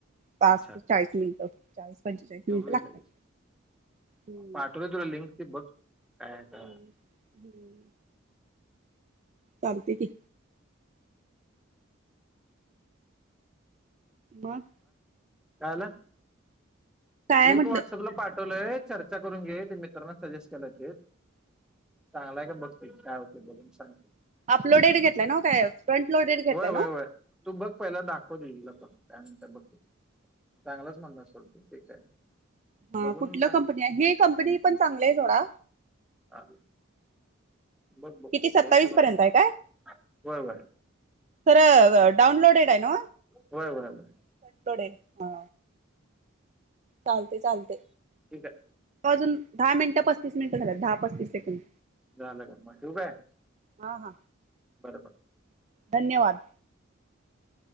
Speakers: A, on the right; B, in the centre.
A: पाच
B: अच्छा अच्छा
A: चाळीस मिनिट चाळीस पंचेचाळीस
B: ते
A: मिनिट
B: होईल
A: लागतात.
B: लगेच
A: हम्म
B: पाठवलं तुला लिंक ते बघ काय आता
A: हम्म हम्म चालते की मग.
B: कायाला
A: काय
B: लिंक
A: म्हटलं
B: व्हॉट्सअपला पाठवलंय चर्चा करून घे ते मित्रांना सजेस्ट केलय ते चांगल्या का बघते काय होतं ते बघून सांगते.
A: अपलोडेड घेतलाय ना काय फ्रंट लोडेड घेतलाय
B: होय होय
A: ना
B: होय तू बघ पहिला दाखवत तीला पण त्यानंतर बघकी चांगलाच म्हणणार सोडत ते काय.
A: हा
B: बघून
A: कुठलं
B: सांगते
A: कंपनी हे कंपनी पण चांगली आहे थोडा
B: हा बघ बघ
A: किती
B: त्या
A: सत्तावीस
B: हिशोबान
A: पर्यंत
B: बघ
A: आहे काय.
B: होय होय
A: तर डाउनलोडेड आहे नो
B: होय होय होय
A: डाउनलोड ह चालतेय चालतेय
B: ठीक आहे
A: वाजून
B: हा
A: दहा मिनिटं पस्तीस मिनिटं झाल्यात दहा पस्तीस सेकंड.
B: झालं ग म ठू काय
A: हा हा
B: बरबर.
A: धन्यवाद.